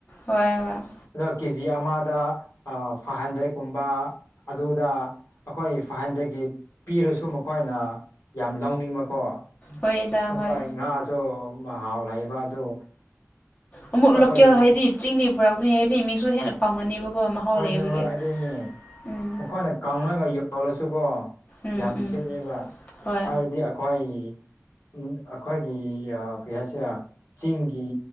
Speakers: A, on the left; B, on the left.
A: ꯍꯣꯏ ꯍ‌ꯣꯏ
B: ꯑꯗꯨ ꯀꯦꯖꯤ ꯑꯃꯗ ꯑꯥ ꯐꯥꯏꯚ ꯍꯟꯗ꯭ꯔꯦꯗꯀꯨꯝꯕ ꯑꯗꯨꯗ ꯑꯩꯈꯣꯏ ꯐꯥꯏꯚ ꯍꯟꯗ꯭ꯔꯦꯗꯀꯤ ꯄꯤꯔꯁꯨ ꯃꯈꯣꯏꯅ ꯌꯥꯝ ꯂꯧꯅꯤꯡꯕꯀꯣ
A: ꯍꯣꯏꯗ
B: ꯃꯈꯣꯏ
A: ꯍꯣꯏ
B: ꯉꯥꯁꯨ ꯃꯍꯥꯎ ꯂꯩꯕ ꯑꯗꯨ
A: ꯑꯃꯨꯛ
B: ꯆꯠꯄꯗꯤ
A: ꯂꯣꯀꯦꯜ ꯍꯥꯏꯗꯤ ꯆꯤꯡꯗꯩ ꯄꯨꯔꯛꯄꯅ‌ꯦ ꯍꯥꯏꯔꯗꯤ ꯃꯤꯁꯨ ꯍꯦꯟꯅ ꯄꯥꯝꯒꯅꯦꯕꯀꯣ ꯃꯍꯥꯎ
B: ꯍꯣꯏ
A: ꯂꯩꯕꯒꯤ
B: ꯍꯣꯏ ꯍꯣꯏ ꯑꯗꯨꯅꯦ
A: ꯎꯝ
B: ꯃꯈꯣꯏꯅ ꯀꯪꯉꯒ ꯌꯣꯜꯂꯁꯨꯀꯣ
A: ꯎꯝ
B: ꯌꯥꯝ
A: ꯎꯝ
B: ꯁꯤꯠꯂꯦꯕ
A: ꯍꯣꯏ
B: ꯍꯥꯏꯕꯗꯤ ꯑꯩꯈꯣꯏ ꯎꯝ ꯑꯩꯈꯣꯏꯒꯤ ꯑꯥ ꯀꯩ ꯍꯥꯏꯁꯤꯔ ꯆꯤꯡꯒꯤ